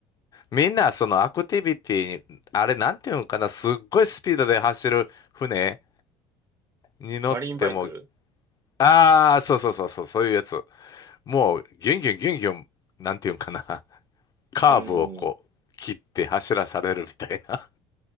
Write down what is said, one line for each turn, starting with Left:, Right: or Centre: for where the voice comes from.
Left: みんなそのアクティビティに、あれなんていうのかな、すっごいスピードで走る船に乗っても、
Right: マリンバイク
Left: ああ、そうそうそうそう、そういうやつ。もうギュンギュンギュンギュン、なんていうんかな、<laughs> カーブをこう切って走らされるみたいな。
Right: うん。